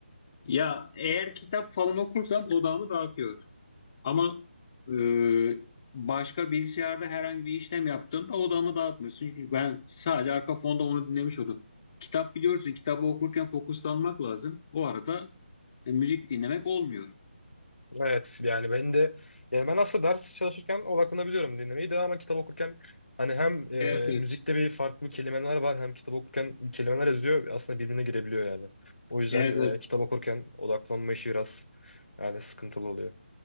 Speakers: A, on the left (about 25°); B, on the left (about 75°).
A: Ya eğer kitap falan okursam odağımı dağıtıyor. Ama e, başka bilgisayarda herhangi bir işlem yaptığımda odağımı dağıtmıyor. Çünkü ben sadece arka fonda onu dinlemiş oldum. Kitap biliyorsun, kitabı okurken fokuslanmak lazım. O arada e, müzik dinlemek olmuyor.
B: Evet yani ben de yani ben aslında ders çalışırken odaklanabiliyorum dinlemeyi de ama kitap okurken hani hem e,
A: Evet, evet.
B: müzikte bir farklı kelimeler var hem kitap okurken kelimeler yazıyor aslında birbirine girebiliyor yani. O yüzden
A: Evet, evet.
B: e, kitap okurken odaklanma işi biraz yani sıkıntılı oluyor.